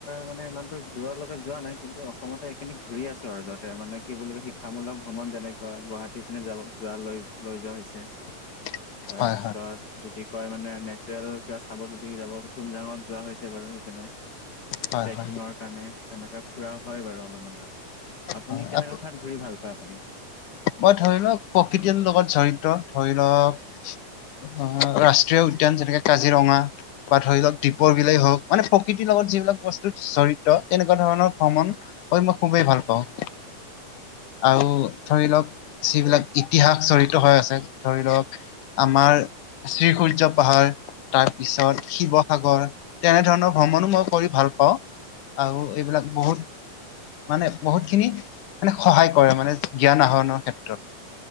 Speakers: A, on the left; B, on the left.
A: মানে ইমানতো দূৰলৈকে যোৱা নাই কিন্তু অসমতে এইখিনি ঘূৰি আছো আৰু যাতে মানে কি বুলি ক শিক্ষামূলক ভ্ৰমণ যেনেকোৱা গুৱাহাটী পিনে যাব যোৱা লৈ -লৈ যোৱা হৈছে।
B: <inaudible>
A: তাৰপিছত
B: হয়
A: যদি কয় মানে নেচাৰেল কিবা চাব যদি যাব তুমজাঙত যোৱা হৈছে বাৰু সিপিনে।
B: হয়
A: ট্ৰেকিঙৰ
B: হয়
A: কাৰণে তেনেকা ফুৰা হয় বাৰু অলপমান আৰু। আপুনি
B: হয়
A: কেনেকুৱা
B: আপ-
A: ঠাইত ঘূৰি ভাল পায় আপুনি?
B: মই ধৰি লওক প্ৰকৃতিৰ লগত জৰিত ধৰি ল'ক অহ, ৰাষ্ট্ৰীয় উদ্যান যেনেকে কাজিৰঙা বা ধৰি লওক দীপৰ বিলেই হওক মানে প্ৰকৃতিৰ লগত যিবিলাক বস্তুত জৰিত তেনেকুৱা ধৰণৰ ভ্ৰমণ কৰি মই খুবেই ভাল পাওঁ। আৰু ধৰি ল'ক যিবিলাক ইতিহাস জৰিত হৈ আছে ধৰি ল'ক আমাৰ শ্ৰীসূৰ্য পাহাৰ তাৰ পিছত শিৱসাগৰ তেনেধৰণৰ ভ্ৰমণো মই কৰি ভাল পাওঁ। আও এইবিলাক বহুত মানে বহুত খিনি মানে সহায় কৰে মানে জ্ঞান আহৰণৰ ক্ষেত্ৰত